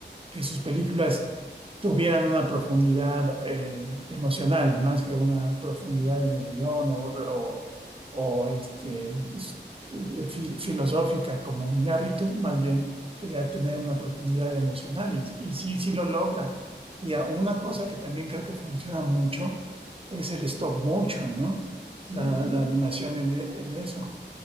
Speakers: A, on the right (about 30°); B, on the left (about 70°).
A: que sus películas tuvieran una profundidad eh, emocional más que una profundidad en el guión o, o, o, este, s- eh, fi- filosófica como Iñárritu, más bien quería tener una profundidad emocional y, y sí, sí lo logra. Y a- una cosa que también creo que funciona mucho es el stop motion, ¿no?
B: Sí,
A: La, la
B: es
A: animación en,
B: hermoso.
A: e- en eso.